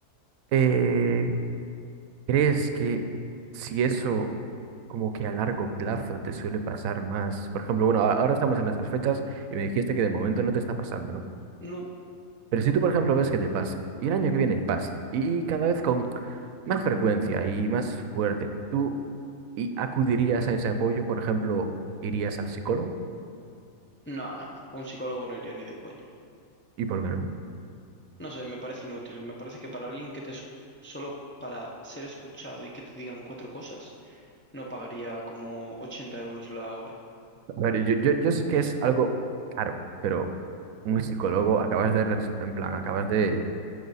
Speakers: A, on the right; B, on the left.
A: eh, ¿crees que si eso como que a largo plazo te suele pasar más? Por ejemplo, bueno, a- ahora estamos en esas fechas y me dijiste que de momento no te está pasando, ¿no?
B: No,
A: Pero si tú, por ejemplo, ves que te pasa y el año que viene pasa y, y cada vez con más frecuencia y más fuerte, ¿tú y acudirías a ese apoyo? Por ejemplo, ¿irías al psicólogo?
B: no, no, a un psicólogo no iría ni de coña.
A: ¿Y por qué no?
B: No sé, me parece inútil, me parece que para alguien que te... es- Solo para ser escuchado y que te digan cuatro cosas, no pagaría como 80 euros la hora.
A: A ver, yo, yo, yo sé que es algo caro, pero un psicólogo acabas de, res- en plan, acabas de,